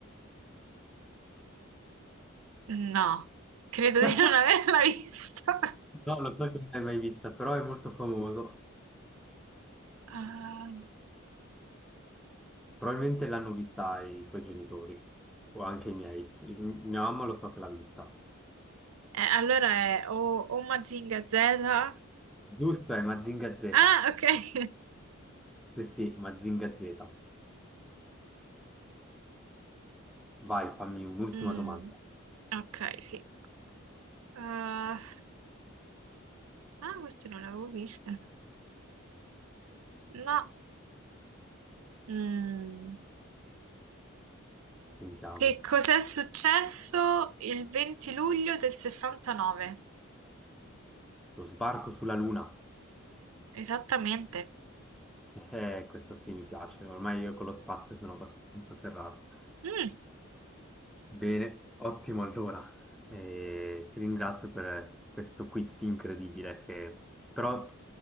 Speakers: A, on the right; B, in the centre.
A: No, credo
B: <laughs>
A: di non <laughs> averla vista.
B: No, lo so che non l'hai mai vista, però è molto famoso.
A: Ah,
B: Probabilmente l'hanno vista i tuoi genitori o anche i miei. Il- Mia mamma lo so che l'ha vista.
A: eh, allora è o, o Mazinga Z.
B: Giusto, è Mazinga Z.
A: Ah, ok. <laughs>
B: Sì, sì, Mazinga Z. Vai, fammi un'ultima
A: Mm,
B: domanda.
A: ok, sì. Ah, ah, queste non le avevo viste. No. Mm.
B: Sentiamo.
A: Che cos'è successo il 20 luglio del 69?
B: Lo sbarco sulla Luna.
A: Esattamente.
B: Eh, questa sì mi piace, ormai io con lo spazio sono abbastanza ferrato.
A: Mm,
B: Bene, ottimo allora. Eh, ti ringrazio per questo quiz incredibile che però